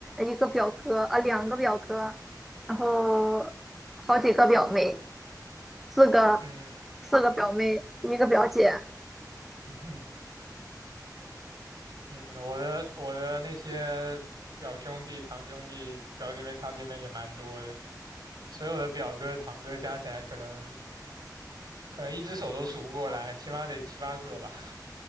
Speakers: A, in the centre; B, on the right.
A: 一个表哥啊，两个表哥，然后好几个表妹，四个
B: 嗯
A: 四个表妹，一个表姐。
B: <laughs> 嗯，我的我的那些表兄弟、堂兄弟、表姐妹、堂姐妹也蛮多的，所有的表哥、堂哥加起来，可能可能一只手都数不过来，起码得七八个吧。